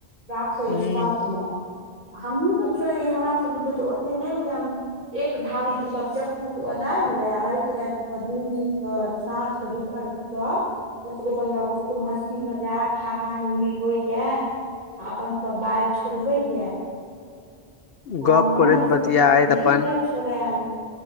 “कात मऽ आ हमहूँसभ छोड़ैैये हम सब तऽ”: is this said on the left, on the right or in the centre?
Right